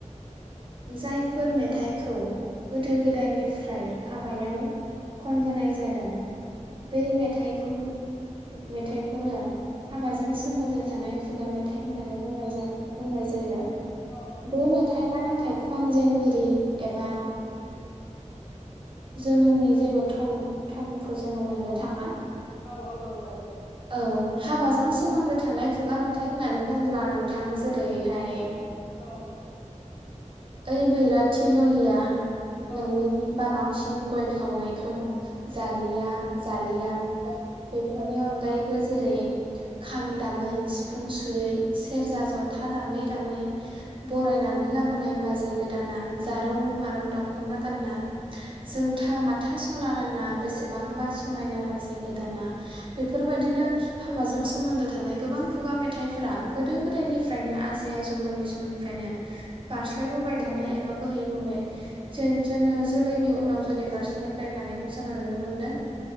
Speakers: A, on the right; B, on the left.
A: जायफोर मेथाइखौ गोदो गोदायनिफ्राय हाबायाव खनबोनाय जादों बे मेथाइखौ मेथाइ होनो हाबाजों सोमोन्दो थानाय खुगा मेथाय। नाय होन्नानै बुंनाय जायो
B: औ
A: बे मेथायहा नाथाय खनजेनगिरि एबा जोनोमनि जेबो थं थंखौ जोङो मोननो थाङा।
B: औ औ नंगौ।
A: औ हाबाजों सोमोन्दो थानाय खुगा मेथाय होननानै बुंब्ला बिथां जेरैहाय
B: औ
A: ओइ बैराथि ललिया।
B: नंगौ
A: नोंनि बाबा बांसिन गय खावनायखौ जालिया। जालिया बेफोरनि अनगायैबो जेरै खाम दामै सिफुं सुयै सेरजा जथा दामै दामै बरायनानै लाबोनाय बाजै गोदाना जा रौ मारौ दखना गान्ना जोंथा माथा सा सना गान्ना बेसेबांबा समायना बाजै गोदाना। बेफोरबायदिनो हाबाजों सोमोन्दो थानाय गोबां खुगा मेथाइफोरा गोदो गोदायनिफ्रायनो आजै आजौ मोननि समनिफ्रायनो। बोबायाय थानाय एबा बोहैबोबाय जो जोंङो जोलैनि उनाव जोलै बारसिनायबाय थानायखौ जोङो नुनो मोनदों।